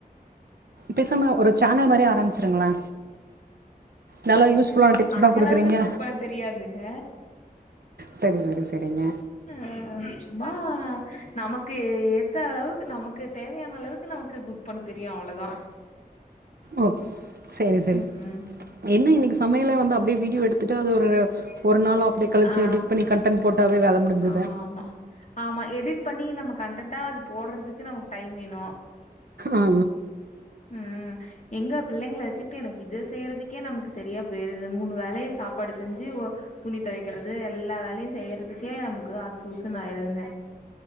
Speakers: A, on the right; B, on the left.
A: பேசாம ஒரு சேனல் மாரி ஆரம்பிச்சுருங்கலே நல்லா யூஸ்ஃபுல்லான டிப்ஸ்
B: அந்த
A: தா குடுக்கறீங்க
B: அளவுக்கு குக் பண்ண தெரியாதுங்க
A: சரி சரி சரிங்க
B: ஆ சும்மா நமக்கு ஏத்த அளவுக் நமக்கு தேவையான அளவுக்கு நமக்கு குக் பண்ண தெரியு அவளோதா <inaudible>
A: ஓக் சரி சரி
B: ம்.
A: என்ன இன்னிக்கு சமையல வந்து அப்டியே வீடியோ எடுத்து எடுத்துட்டு அது ஒரு ஒரு நாளோ அப்டியே கழச்சு
B: ஆ,
A: எடிட் பண்ணி கன்டென்ட் போட்டாவே வேல முடிஞ்சது
B: ஆமா. ஆமா எடிட் பண்ணி நம்ம கண்டன்டா அது போட்றதுக்கு நமக்கு டைம் வேணு
A: ஆ ஆ
B: ம் எங்க பிள்ளைங்கள வச்சுக்கிட்டு எனக்கு இத செய்றதுக்கே நமக்கு சரியா போயிருது மூணு வேலையு சாப் பாடு செஞ்சு ஒ துணி துவக்கிறது எல்லா வேலயு செய்யறதுக்கே நமக்கு அஸ்சு உஸ்சுன்னு ஆயிருதுங்க